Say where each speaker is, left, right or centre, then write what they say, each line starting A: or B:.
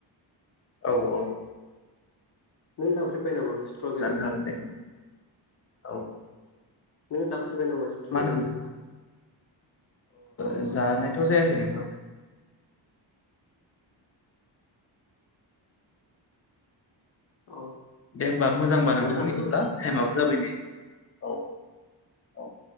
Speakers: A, on the left; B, on the left.
A: औ औ।
B: नै जाफ्रिबाय नामा। स्ट्रबेरि
A: जानो हागोन दे औ।
B: नोङो जाफेरबाय नामा स्ट्रबेरि।
A: मा होनो अ जानायथ' जायाखै नोंथां।
B: औ
A: दे होमबा मोजांबा
B: मा
A: नोंथां
B: मा जानांगौ
A: बिदिब्ला टाइमाबो जाबाय नै। औ औ